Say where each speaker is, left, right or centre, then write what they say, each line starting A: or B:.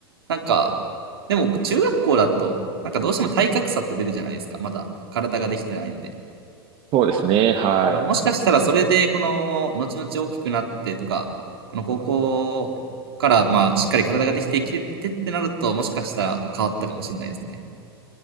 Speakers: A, on the right; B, on the right.
A: なんか、でも中学校だと、なんかどうしても体格差って出るじゃないですか。まだ体ができてないんで。
B: そうですね、はい。
A: だからもしかしたらそれで、この、後々大きくなってとか、この高校から、まあ、しっかり体ができてきてってってなると、もしかしたら変わったかもしれないですね。